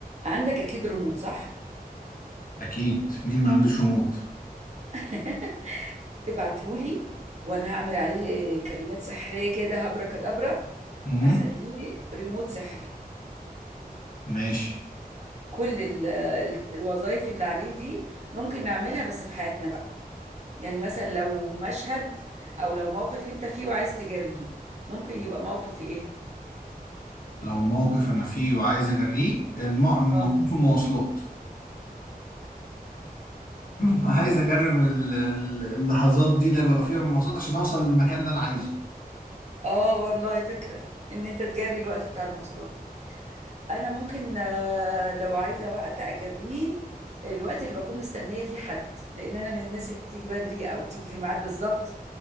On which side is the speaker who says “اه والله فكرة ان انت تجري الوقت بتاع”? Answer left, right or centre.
Right